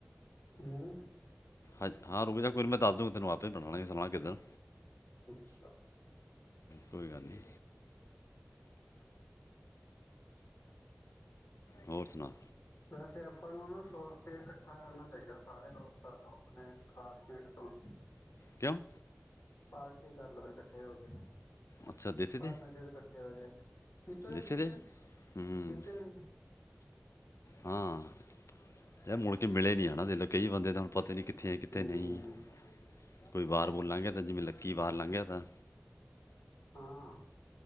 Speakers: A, on the left; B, on the left.
A: ਹਮ
B: ਹੱ ਹਾਂ, ਰੂਕ ਜਾ, ਕੋਈ ਮੈਂ ਦੱਸ ਦੂੰਗੀ ਤੈਨੂੰ, ਆਪ ਹੀ ਬਣਾ ਲਾਂਗੇ ਕਿਸੇ ਨਾ ਕਿਸੇ ਦਿਨ।
A: ਅੱਛਾ।
B: ਕੋਈ ਗੱਲ ਨਹੀਂ। ਹੋਰ ਸੁਣਾ?
A: ਵੈਸੇ ਆਪਾਂ ਨੂੰ ਨਾ ਸੌ ਰੁਪਆ ਇਕੱਠਾ ਕਰਨਾ ਠੀਕ ਏ ਸਾਰੇ ਦੋਸਤਾਂ ਆਪਣੇ ਕਲਾਸਮੇਟ ਤੋਂ
B: ਕਿਉਂ
A: ਪਾਰਟੀ ਕਰ ਲਵੇ ਕੱਠੇ ਹੋ ਕੇ, <unintelligible>
B: ਅੱਛਾ ਦੇਸੇ ਤੇ
A: ਇਕੱਠੇ ਹੋਜਏ, ਕਿਤੇ
B: ਦੇਸੇ
A: ਵੀ,
B: ਤੇ ਹੂੰ
A: ਕਿਤੇ ਵੀ।
B: ਹਾਂ। ਇਹ ਮੁੜ ਕੇ ਮਿਲੇ ਨੀ ਹਨਾਂ, ਹਲੇ ਕਈ ਬੰਦੇ ਤਾਂ ਹੁਣ ਪਤਾ ਨੀ ਕਿ ਕਿੱਥੇ ਏ, ਕਿਥੇ
A: ਹਮ,
B: ਨਈਂ ਏ? ਕੋਈ ਬਾਹਰ ਬੋਲਾਂਗੇ ਜਿਵੇਂ ਲੱਕੀ ਬਾਰ ਲਾਂਘਿਆ ਤਾਂ।
A: ਹਾਂ।